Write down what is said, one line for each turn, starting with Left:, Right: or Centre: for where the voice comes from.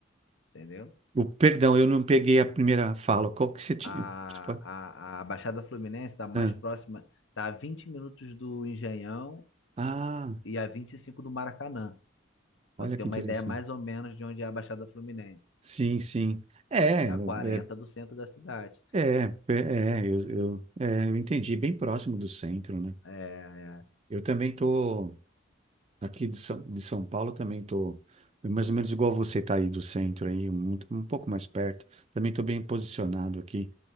Left: entendeu?
Right: O perdão, eu não peguei a primeira fala. Qual que você tinha?
Left: A,
Right: Você pode-
Left: a, a Baixada Fluminense tá mais
Right: Ah,
Left: próxima, tá a 20 minutos do Engenhão
Right: Ah,
Left: e a 25 do Maracanã. Pra
Right: olha
Left: tu ter
Right: que
Left: uma
Right: interessante.
Left: ideia mais ou menos de onde é a Baixada Fluminense.
Right: Sim, sim. É,
Left: E a
Right: é,
Left: 40 do centro da cidade.
Right: é, é, é, eu, eu, é, eu entendi, bem próximo do centro, né?
Left: É, é.
Right: Eu também tô aqui de São, de São Paulo, também tô é mais ou menos igual você tá aí do centro aí, um um, pouco mais perto. Também tô bem posicionado aqui.